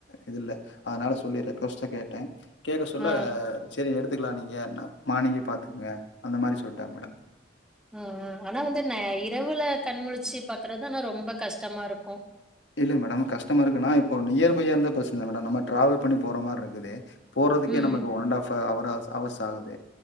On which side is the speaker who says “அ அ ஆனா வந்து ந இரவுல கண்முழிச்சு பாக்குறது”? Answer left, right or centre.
Centre